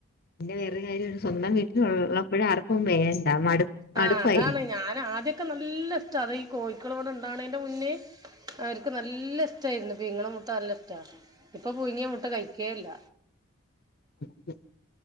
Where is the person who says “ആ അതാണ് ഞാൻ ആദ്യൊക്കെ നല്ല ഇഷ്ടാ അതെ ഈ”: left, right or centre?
Right